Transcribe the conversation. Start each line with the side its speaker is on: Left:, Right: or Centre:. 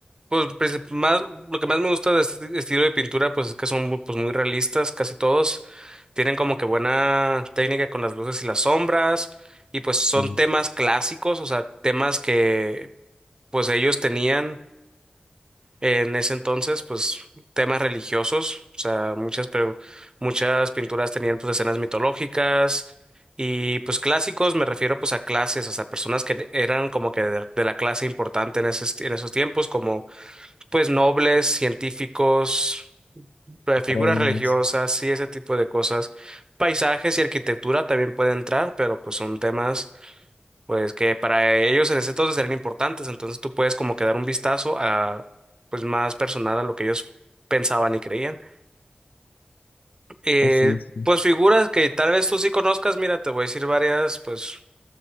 Right: pues princip- más, lo que más me gusta de este estilo de pintura, pues es que son muy, pues, muy realistas, casi todos. Tienen como que buena técnica con las luces y las sombras. Y pues son
Left: Sí,
Right: temas clásicos, o sea, temas que pues ellos tenían. En ese entonces, pues temas religiosos, o sea, muchas, pero muchas pinturas tenían pues escenas mitológicas y pues clásicos, me refiero pues a clases, o sea, personas que eran como que de, de la clase importante en esos, en esos tiempos, como pues nobles, científicos, eh, figuras
Left: Reyes.
Right: religiosas, sí, ese tipo de cosas. Paisajes y arquitectura también puede entrar, pero pues son temas pues que para ellos en ese entonces eran importantes, entonces tú puedes como que dar un vistazo a, pues más personal a lo que ellos pensaban y creían. Eh,
Left: Pues sí, sí.
Right: pues figuras que tal vez tú sí conozcas, mira, te voy a decir varias, pues